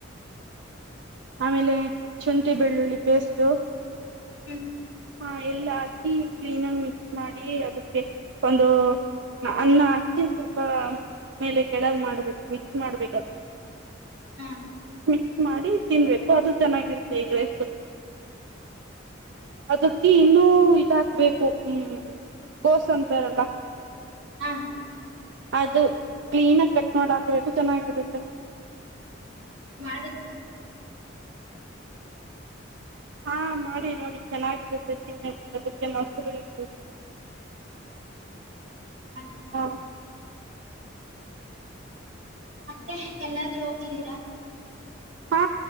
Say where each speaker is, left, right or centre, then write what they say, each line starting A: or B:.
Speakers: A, on the right (about 90°); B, on the right (about 60°).
A: ಹ್ಮ.
B: ಆಮೇಲೆ ಶುಂಠಿ ಬೆಳ್ಳುಳ್ಳಿ ಪೇಸ್ಟು.
A: ಹ್ಮ್ ಹ್ಮ್
B: ಹಾ ಎಲ್ಲ ಹಾಕಿ ಕ್ಲೀನ್ ಆಗಿ ಮಿಕ್ಸ್ ಮಾಡಿ ಅದಕ್ಕೆ ಒಂದು. ಅನ್ನ ಅಕ್ಕಿ ಸ್ವಲ್ಪ ಮೇಲೆ ಕೆಳಗೆ ಮಾಡ್ಬೇಕು ಮಿಕ್ಸ್ ಮಾಡ್ಬೇಕ ಅದು.
A: ಹಾ
B: ಮಿಕ್ಸ್ ಮಾಡಿ ತಿನ್ಬೇಕು ಅದು ಚೆನ್ನಾಗಿರುತ್ತೆ ಎಗ್ ರೈಸ್ ಸು. ಅದಕ್ಕೆ ಇನ್ನೂ ಇದ ಹಾಕ್ಬೇಕು ಹ್ಮ್ ಕೋಸ್ ಅಂತಾರಲ್ಲ.
A: ಹಾ.
B: ಅದು ಕ್ಲೀನ್ ಆಗಿ ಕಟ್ ಮಾಡ ಹಾಕ್ಬೇಕು ಚೆನ್ನಾಗಿರುತ್ತೆ.
A: ನೀ ಮಾಡಿದ್ರಿ.
B: ಹಾ ಮಾಡಿ ನೋಡಿ ಚೆನ್ನಾಗಿರುತ್ತೆ ತಿನಕೆ ಅದಕ್ಕೆ ಮೊಸರು ಇರ್ಬೇಕು. <inaudible>
A: ಮಾಡ್ತಿವ್
B: ಹ
A: ಬಿಡಿ. ಮತ್ತೆ ಎಲ್ಲಾದ್ರೂ ಓದಿದ್ದೀರಾ.
B: ಹಾ